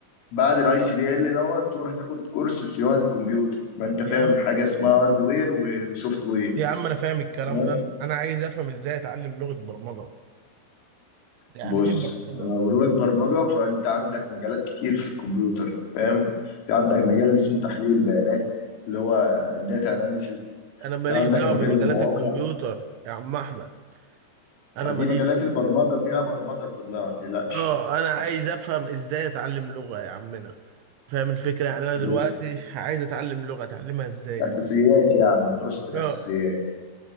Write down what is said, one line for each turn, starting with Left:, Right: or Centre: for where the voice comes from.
Left: بعد الاي سي دي ال دوت تروح تاخد كورس صيانه كمبيوتر يبقى انت فاهم
Right: يا عم
Left: حاجه اسمها هاردوير وسوفت وير
Right: يا عم انا فاهم الكلام
Left: تمام
Right: ده انا عايز افهم ازاي اتعلم لغه برمجه يعني
Left: بص
Right: ايه برمجه
Left: لو لغه برمجه فانت عندك مجالات كتير في الكمبيوتر فاهم في عندك مجال اسمه تحليل بيانات اللي هو الداتا اناليسيز
Right: انا ماليش
Left: في عندك
Right: دعوه
Left: مجال
Right: بمجالات
Left: المواقع
Right: الكمبيوتر يا عم احمد انا
Left: ما دي
Right: ماليش
Left: مجالات البرمجه فيها برمجه كلها ما تقلقش
Right: اه انا عايز افهم ازاي اتعلم لغه يا عمنا فاهم الفكره يعني انا
Left: بص
Right: دلوقتي عايز اتعلم لغه اتعلمها ازاي
Left: الاساسيات يعني تقصد الاساسيات
Right: اه